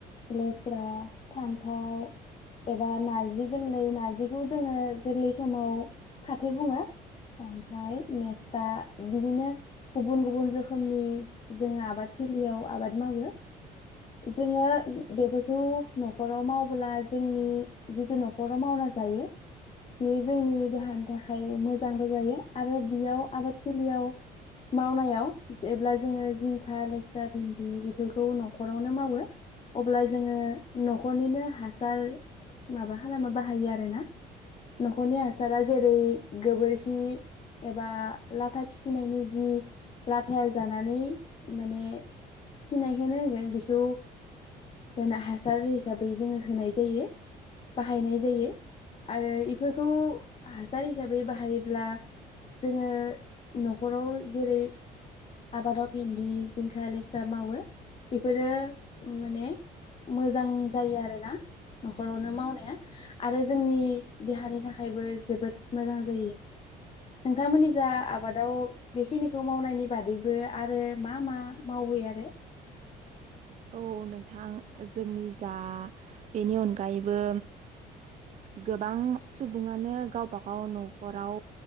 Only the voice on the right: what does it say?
औ नोंथां जोंनि जा बेनि अनगायैबो गोबां सुबुङानो गावबा गाव नखराव